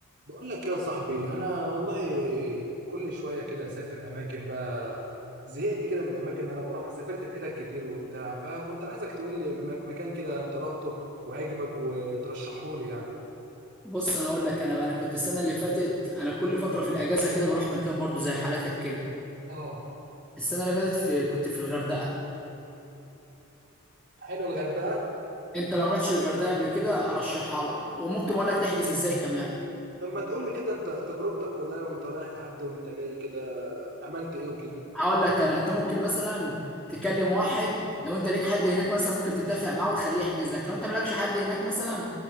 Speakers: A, on the right; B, in the centre.
A: بقول لك يا صاحبي انا والله كل شويه كده اسافر اماكن بقى زهقت كده من الاماكن اللي انا بروحها سافرت في حتت كتير وبتاع فكنت عايزك تقول لي مك- مكان كده انت رحته وعجبك وترشحه لي يعني
B: بص انا اقول لك انا بقى انا كنت السنه اللي فاتت انا كل فتره في الاجازه كده بروح مكان برضو زي حالاتك كده
A: اه
B: السنه اللي فاتت في كنت في الغردقه
A: حلو الغردقه
B: انت لو ما رحتش الغردقه قبل كده ارشحها لك وممكن اقول لك تحجز ازاي كمان
A: طب ما تقول لي كده انت تجربتك كلها لو انت رايح لحد وانت جاي كده عملت ايه وكده
B: هقول لك انا انت ممكن مثلا تكلم واحد لو انت ليك حد هناك مثلا ممكن تتفق معاه وتخليه يحجز لك لو انت مالكش حد هناك مثلا